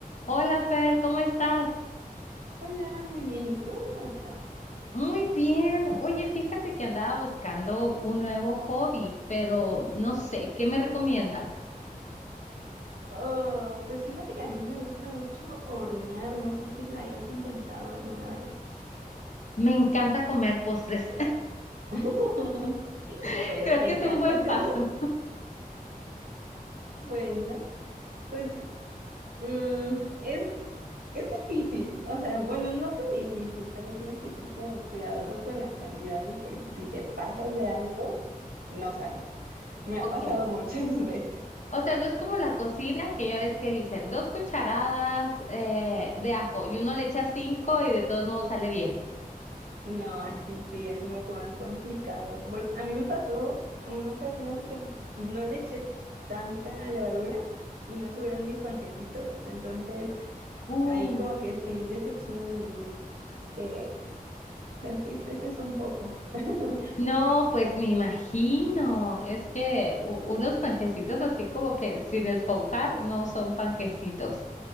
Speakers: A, on the left; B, on the right.
A: Hola Fer, ¿cómo estás?
B: Hola, muy bien. ¿Y tú cómo estás?
A: Muy bien. Oye, fíjate que andaba buscando un nuevo hobby, pero no sé, ¿qué me recomiendas?
B: Oh, pues fíjate que a mí me gusta mucho hornear. No sé si la hayas intentado alguna vez.
A: Me encanta comer postres.
B: <laughs>
A: <laughs>
B: Pero
A: Creo
B: ¿te
A: que
B: encanta
A: es un buen
B: hacerlos?
A: paso.
B: Bueno, pues mm, es, es difícil. O sea, bueno, no tan difícil. Solo tienes que ser como cuidadoso con las cantidades porque si te pasas de algo, no sale. Me
A: Ok.
B: ha pasado muchas <laughs> veces.
A: O sea, no es como la cocina que ya ves que dicen dos cucharadas eh, de ajo y uno le echa cinco y de todos modos sale bien.
B: No,
A: No.
B: aquí sí es un poco más complicado. Por- a mí me pasó una ocasión que no le eché tanta levadura y no subieron mis panquecitos. Entonces,
A: Uh.
B: ahí como que sí decepciona y te, te entristeces un poco. <laughs>
A: No, pues me imagino. Es que u- unos panquecitos así como que sin esponjar no son panquecitos.